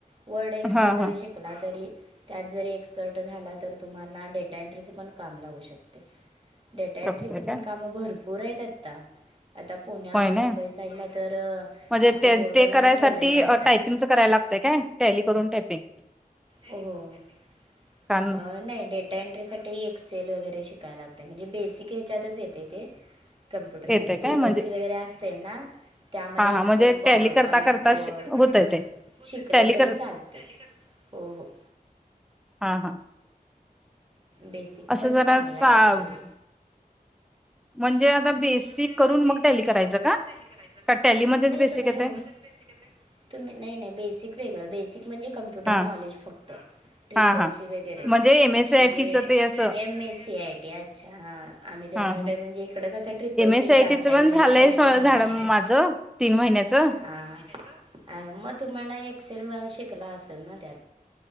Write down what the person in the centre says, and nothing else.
हा
हा
शकतोय
का
होय
ना
म्हणजे
ते
ते
करायसाठी
टायपिंगच करायला लागतंय काय टॅली करून टायपिंग
कान
येते काय
म्हणजे
हा हा
म्हणजे
टॅली करता
करता
होतय ते
टॅली
कर
हा हा
असं
जरा
सा
म्हणजे आता बेसिक
करून
मग टॅली करायचं
का?
टॅलीमध्येच
बेसिक
येतय?
हा
हा हा
म्हणजे एम एस सी
आय टीचं ते असं
हा हा
M S
C I
टीचं
पण
झालंय
झाड
माझं तीन महिन्याचं